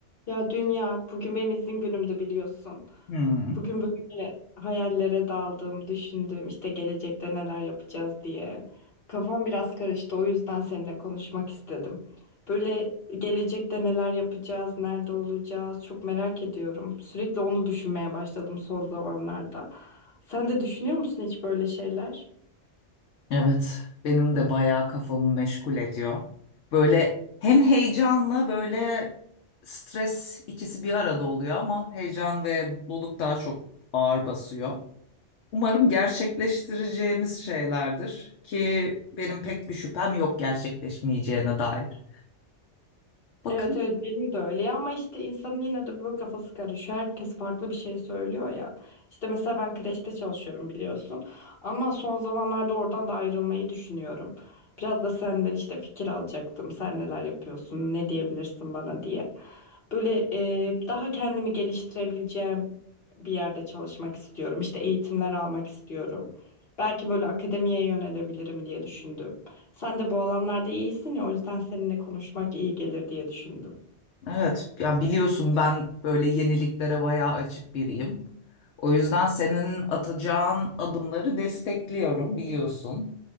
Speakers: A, on the left; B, on the left.
A: Ya dünya bugün benim izin günümdü biliyorsun.
B: Hmm,
A: Bugün böyle hayallere daldım, düşündüm işte gelecekte neler yapacağız diye. Kafam biraz karıştı o yüzden seninle konuşmak istedim. Böyle gelecekte neler yapacağız, nerede olacağız çok merak ediyorum. Sürekli onu düşünmeye başladım son zamanlarda. Sen de düşünüyor musun hiç böyle şeyler?
B: evet, benim de bayağı kafamı meşgul ediyor. Böyle hem heyecanla böyle stres ikisi bir arada oluyor ama heyecan ve mutluluk daha çok ağır basıyor. Umarım gerçekleştireceğimiz şeylerdir ki benim pek bir şüphem yok gerçekleşmeyeceğine dair. Bakın,
A: Evet evet benim de öyle ya ama işte insanın yine de böyle kafası karışıyor. Herkes farklı bir şey söylüyor ya. İşte mesela ben kreşte çalışıyorum biliyorsun. Ama son zamanlarda oradan da ayrılmayı düşünüyorum. Biraz da senden işte fikir alacaktım. Sen neler yapıyorsun, ne diyebilirsin bana diye. Böyle e, daha kendimi geliştirebileceğim bir yerde çalışmak istiyorum. İşte eğitimler almak istiyorum. Belki böyle akademiye yönelebilirim diye düşündüm. Sen de bu alanlarda iyisin ya o yüzden seninle konuşmak iyi gelir diye düşündüm.
B: evet, yani biliyorsun ben böyle yeniliklere bayağı açık biriyim. O yüzden senin atacağın adımları destekliyorum biliyorsun.